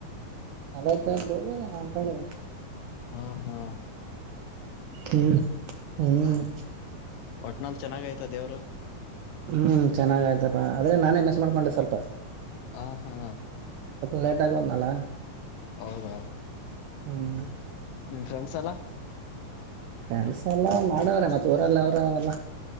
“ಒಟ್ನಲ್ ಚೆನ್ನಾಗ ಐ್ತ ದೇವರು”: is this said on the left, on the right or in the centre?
Left